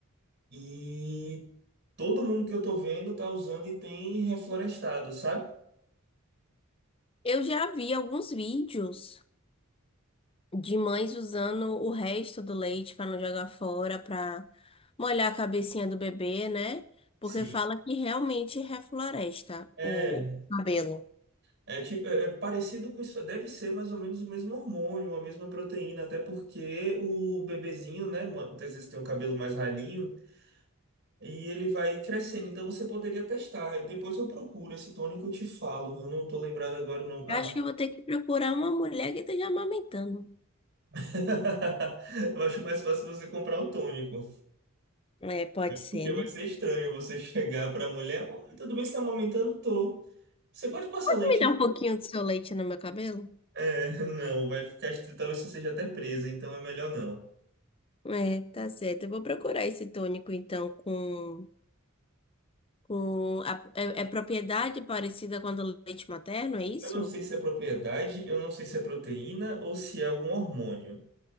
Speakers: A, on the right; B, on the left.
A: E todo mundo que eu tô vendo tá usando e tem reflorestado, sabe?
B: Eu já vi alguns vídeos de mães usando o resto do leite para não jogar fora, para molhar a cabecinha do bebê, né? Porque
A: Sim.
B: fala que realmente refloresta
A: É,
B: o cabelo.
A: é tipo, é é parecido com isso, deve ser mais ou menos o mesmo hormônio, a mesma proteína, até porque o bebezinho, né, Muitas vezes tem um cabelo mais ralinho e ele vai crescendo, então você poderia testar. Depois eu procuro esse tônico e eu te falo. Eu não tô lembrado agora o nome,
B: Eu
A: a
B: acho que eu vou ter que procurar uma mulher que esteja amamentando.
A: <laughs> Eu acho mais fácil você comprar o tônico,
B: É, pode ser,
A: porque vai
B: né?
A: ser estranho você chegar pra mulher, oi, tudo bem, você tá amamentando? Tô. Você pode passar leite?
B: Me dá um pouquinho do seu leite no meu cabelo?
A: É, <laughs> não, vai ficar estranho, talvez você seja até presa, então é melhor não.
B: É, tá certo. Eu vou procurar esse tônico, então, com, com a- é, é propriedade parecida com a do leite materno, é isso?
A: Eu não sei se é propriedade, eu não sei se é proteína ou se é algum hormônio,